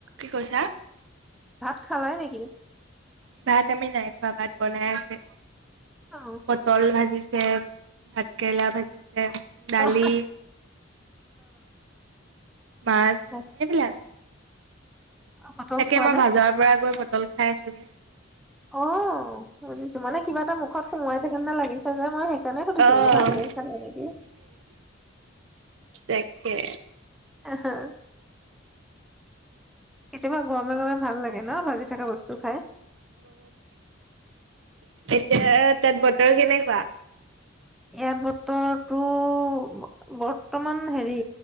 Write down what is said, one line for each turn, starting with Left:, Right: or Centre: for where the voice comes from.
Right: কি কৈছা?
Centre: ভাত খালাই নেকি?
Right: ভাত আমি নাই খোৱা, ভাত বনাই আছে।
Centre: অ
Right: পটল ভাজিছ <unintelligible> ভাত-কেৰেলা ভাজিছ <unintelligible> দালি।
Centre: অহ
Right: মাছ
Centre: অ
Right: এইবিলাক।
Centre: পাতল
Right: তাকে
Centre: খোৱা
Right: মই
Centre: নাই
Right: ভাজাৰ পৰা গৈ প <unintelligible> খাই <unintelligible>
Centre: অ' বুজিছো। মানে কিবা এটা মুখত সোমোৱাই থাকা যেন লাগিছে যে, মই সেইকাৰণে সুধিছোঁ
Right: অ
Centre: বোলো, ভাতেই
Right: উম
Centre: খালে নেকি।
Right: তাকে
Centre: আহাঁ। কেতিয়াবা গৰমে গৰমে ভাল লাগে, ন? ভাজি থকা বস্তু খাই।
Right: এতিয়াহে, তাত বতৰ কেনেকুৱা?
Centre: ইয়াত বতৰ টোৰ বৰ্তমান- হেৰি